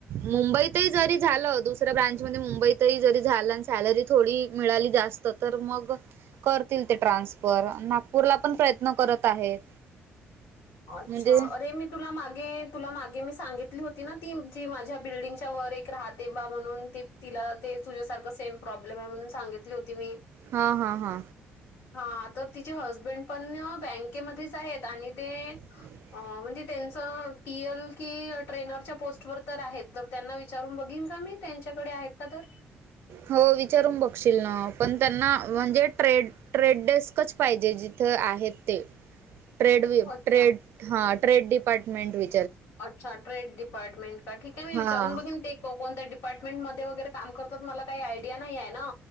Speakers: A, on the right; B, on the left.
A: मुंबईत ही जरी झालं. दुसऱ्या ब्रांच मध्ये मुंबईत ही जरी झालं. सॅलरी थोडी मिळाली, जास्त तर मग करतील. ते ट्रान्सफर नागपूरला पण प्रयत्न करत आहेत.
B: अच्छा,
A: म्हणजे
B: अरे मी तुला मागे, तुला मागे, मी सांगितली होती. ना ती जी माझ्या बिल्डिंगच्या वर एक राहते बा म्हणून ती तिला ते तुझ्यासारखं सेम प्रॉब्लेम आहे म्हणून सांगितली होती मी
A: हा हा हा,
B: हा, तर तिचे हजबंड पण बँकेमध्येच आहेत. आणि ते
A: <inaudible>
B: अ म्हणजे त्यांचं टी एल की ट्रेनरच्या पोस्ट वर तर आहेत तर त्यांना विचारून बघीन का मी. त्यांच्याकडे आहेत का तर
A: हो विचारून बघशील ना, पण त्यांना म्हणजे ट्रेड- ट्रेड डेस्कच पाहिजे जिथे आहेत ते- ट्रेड वि,
B: अच्छा,
A: ट्रेड हां ट्रेड डीपार्टमेंट वि
B: अच्छा ट्रेड डिपार्टमेंट का ठीक आहे मी
A: हा
B: विचारून बघेन ते. कोण-कोणत्या डिपार्टमेंट मध्ये वगैरे काम करतात मला काही आयडिया नाहीये ना.